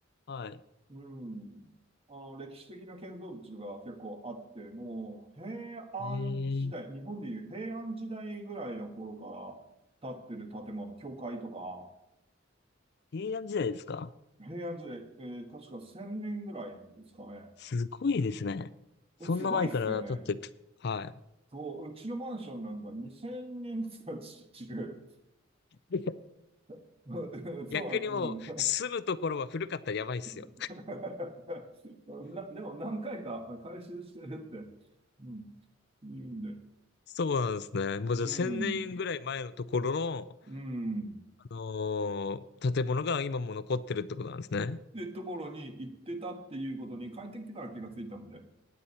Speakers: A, on the left (about 55°); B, on the right (about 30°).
A: はい。
B: うん、あの、歴史的な建造物が結構あって、もう、平安時代、
A: ええ
B: 日本でいう平安時代ぐらいの頃から建ってる建物、教会とか、
A: 平安時代ですか
B: 平安時代、えー確か1000年ぐらいですかね。
A: すごいですね。そんな前から経ってる。
B: すごいっすよね。
A: は
B: そう、うちのマンションなんか2000年とかち違う。
A: い。<laughs>
B: <laughs> そうなん、
A: 逆にもう、
B: <laughs> もうね
A: 住むところは古かったらやばいっすよ。
B: <laughs> な、でも何回か回収してるって、うん、言うんで。
A: そうなんですね。もうじゃあ1000年ぐらい前のところの、
B: うん、うん。
A: あのー建物が今も残ってるってことなんですね。
B: で、ところに行ってたっていうことに帰ってきてから気がついたんで。